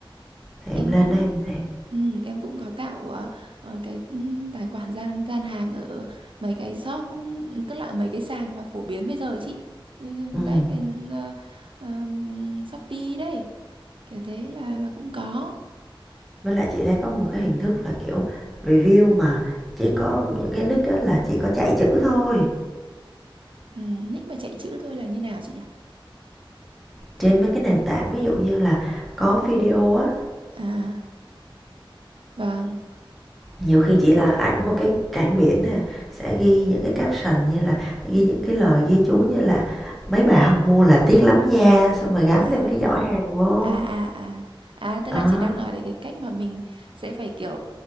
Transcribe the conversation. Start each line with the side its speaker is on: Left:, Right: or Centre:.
Centre: thì
Right: em
Centre: em lên
Right: cũng
Centre: đó em xem.
Right: ừ. em cũng có tạo ờ, ờ, cái ừ, tài khoản gian gian hàng ở mấy cái shop ừ, tức là ở mấy cái sàn mà phổ biến bây giờ ấy chị Ừ,
Centre: Ừm.
Right: đấy bên ờ, ờm, Shopee đấy kiểu thế là là cũng có
Centre: với lại chị thấy có một cái hình thức là kiểu review mà chỉ có những cái nick á là chỉ có chạy chữ thôi
Right: ừ. nick mà chạy chữ thôi là như nào chị nhỉ
Centre: trên mấy cái nền tảng ví dụ như là có video á
Right: à vâng
Centre: nhiều khi chỉ là ảnh một cái cảnh biển nè sẽ ghi những cái caption như là ghi những cái lời ghi chú như là mấy bà không mua là tiếc lắm nha xong rồi gắn
Right: à
Centre: thêm cái giỏ hàng vô
Right: à à à à tức
Centre: Đó,
Right: là chị đang nói đến cái cách mà mình sẽ phải kiểu